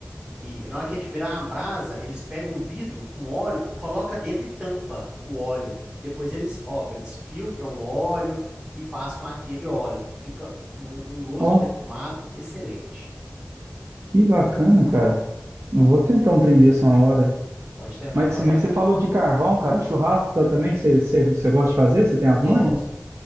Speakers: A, on the right (about 20°); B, on the right (about 65°).
A: E na hora que a gente virar uma brasa, eles pegam um vidro com óleo, coloca dentro e tampa o óleo. Depois eles, óbvio, eles filtram o óleo e faz com aquele óleo. Fica um, um gosto
B: ó,
A: de defumado excelente.
B: que bacana, cara. Eu vou tentar um trem desse uma hora.
A: Pode tentar,
B: Mas,
A: pode
B: mas
A: tentar.
B: você falou de carvão, cara. Churrasco tá também, você, você, você gosta de fazer? Você tem as
A: Gosto.
B: manhas?